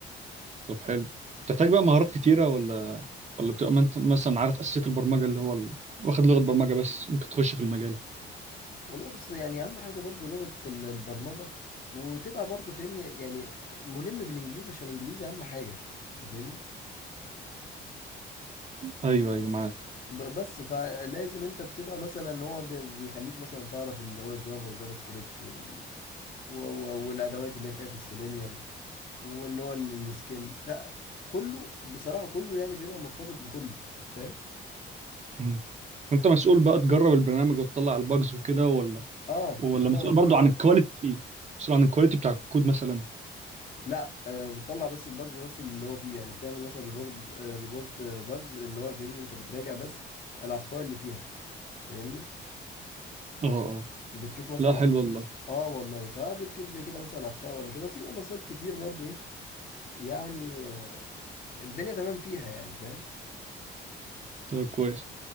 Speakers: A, on the right; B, on the left.
A: طب حلو بتحتاج بقى مهارات كتيره ولا ولا بتبقى ما انت مثلا عارف اساسيات البرمجه اللي هو ال... واخد لغه برمجه بس ممكن تخش في المجال
B: والله بص يعني اهم حاجة برضو لغة ال- البرمجة وتبقى برضو فاهمني يعني ملم بالانجليزي عشان الانجليزي اهم حاجة انت فاهمني
A: ايوه ايوه معاك
B: ب- بس فلازم انت بتبقى مثلا هو بي- بيخليك مثلا تعرف اللي هو جافا وجافا سكريبت وال... و- و- والادوات اللي هي بتاعت السيلينيوم واللي هو ال- السكيل فكله بصراحة كله يعني بيبقى مرتبط بكله فاهم
A: امم انت مسؤول بقى تجرب البرنامج وتطلع الباجز وكده ولا
B: اه
A: ولا
B: بتبقى
A: مسؤول
B: مسؤولة
A: برضو عن الكواليتي مسؤول عن الكواليتي بتاع الكود مثلا
B: لا آه بتطلع بس الباجز بس اللي هو فيه يعني بتعمل مثلا ريبورت آه ريبورت آه باجز اللي هو فاهمني انت بتراجع بس الاخطاء اللي فيها فاهمني
A: اه اه
B: بتشوف مثلا
A: لا حلو والله
B: اه والله فبتشوف زي كده مثلا اخطاء ولا كده وفي منصات كتير برضو ايه يعني آه الدنيا تمام فيها يعني فاهم
A: طيب كويس